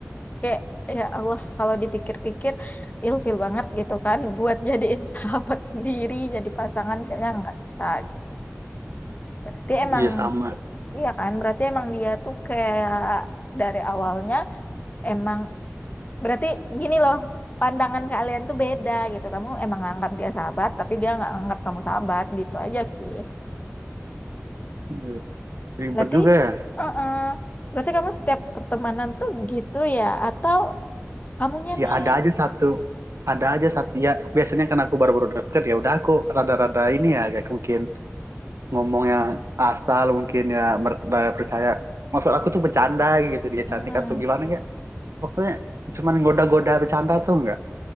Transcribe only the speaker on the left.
kayak ya Allah kalau dipikir-pikir ilfil banget gitu kan buat jadiin <laughs> sahabat sendiri, jadi pasangan kayaknya nggak bisa. Berarti emang
Iya kan, berarti emang dia tuh kayak dari awalnya emang berarti gini loh, pandangan kalian tuh beda gitu. Kamu emang nganggap dia sahabat, tapi dia nggak nganggap kamu sahabat gitu aja sih.
Berarti,
uh Berarti kamu setiap pertemanan tuh gitu ya, atau kamunya
nih?
Mm-mm.